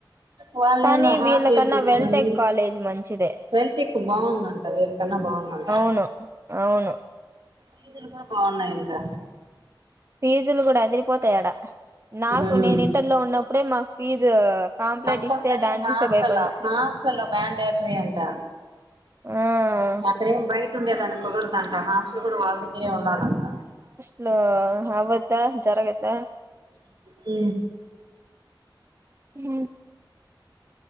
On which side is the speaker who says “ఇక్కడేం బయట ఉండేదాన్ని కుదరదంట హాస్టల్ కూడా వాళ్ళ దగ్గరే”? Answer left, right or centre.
Right